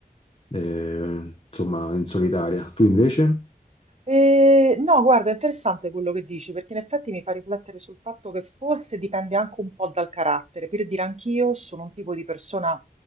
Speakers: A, on the left; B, on the right.
A: eh, insomma, in solitaria. Tu invece?
B: Eh, no, guarda, è interessante quello che dici, perché in effetti mi fa riflettere sul fatto che forse dipende anche un po' dal carattere. Per dire, anch'io sono un tipo di persona